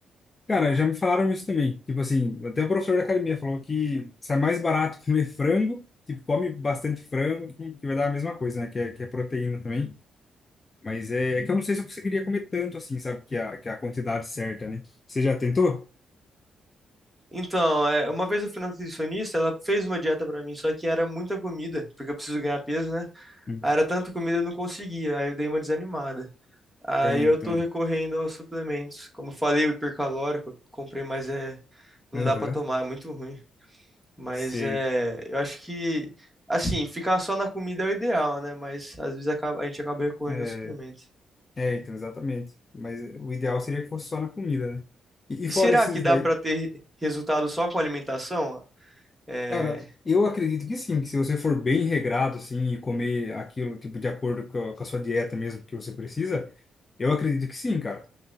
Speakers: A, on the left; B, in the centre.
A: cara, já me falaram isso também, tipo assim, até o professor da academia falou que sai mais barato <laughs> comer frango, tipo, come bastante frango, que, que vai dar a mesma coisa, né, que é, que é proteína também. Mas é, é que eu não sei se eu conseguiria comer tanto assim, sabe? Que a, que a quantidade certa, né? Você já tentou?
B: Então, é, uma vez eu fui na nutricionista, ela fez uma dieta pra mim, só que era muita comida, porque eu preciso ganhar peso, né?
A: Hum.
B: Aí era tanta comida eu não conseguia, aí eu dei uma desanimada. Aí
A: É, então.
B: eu tô recorrendo aos suplementos. Como falei, o hipercalórico, eu comprei, mas é, não
A: Aham,
B: dá pra tomar, é muito ruim. Mas
A: sei.
B: é, eu acho que, assim, ficar só na comida é o ideal, né? Mas às vezes acaba- a gente acaba recorrendo
A: É,
B: aos suplementos.
A: é, então, exatamente. Mas é, o ideal seria que fosse só na comida, né? E, e
B: E
A: fora
B: será
A: esses
B: que dá
A: daí.
B: pra ter re- resultado só com alimentação? É,
A: Cara, eu acredito que sim, que se você for bem regrado, assim, e comer aquilo, tipo, de acordo com a, com a sua dieta mesmo que você precisa, eu acredito que sim, cara.